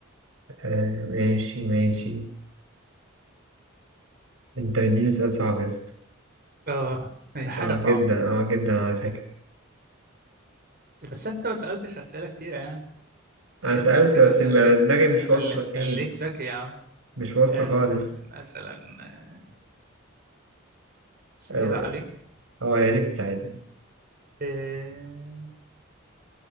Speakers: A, on the right; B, on the right.
A: أه ماشي ماشي أنت مديني سؤال صعب يا اسطى
B: اه هي حاجة
A: أه
B: صعبة
A: جدا أه جدا على فكرة
B: بس انت ما سألتش أسئلة كتير يعني
A: أنا
B: اسأل
A: سألت
B: كده
A: بس
B: خليك
A: ما- دماغي
B: آه،
A: مش واصلة
B: خليك
A: فين
B: خليك ذكي يا عم
A: مش واصلة
B: آه،
A: خالص
B: مثلا آه، سهلة
A: أه ما-
B: عليك
A: آه، يا ريت تساعدني
B: آه،